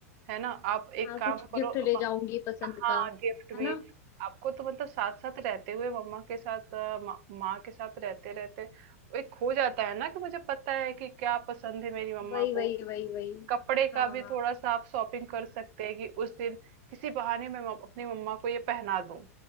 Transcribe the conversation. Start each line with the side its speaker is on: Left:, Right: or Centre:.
Right: है ना आप एक
Left: हाँ
Right: काम
Left: कुछ
Right: करो
Left: गिफ्ट ले जाऊंगी पसंद
Right: हाँ
Left: का
Right: गिफ्ट
Left: है
Right: भी
Left: ना
Right: आपको तो मतलब साथ साथ रहते हुए मम्मा के साथ अ, मा- माँ के साथ रहते रहते एक खो जाता है ना कि मुझे पता है कि क्या पसंद है मेरी मम्मा
Left: वही
Right: को
Left: वही वही वही
Right: कपड़े का
Left: हाँ
Right: भी
Left: हाँ
Right: थोड़ा सा आप शॉपिंग कर सकते हैं कि उस दिन किसी बहाने मैं मम- अपनी मम्मा को ये पहना दूं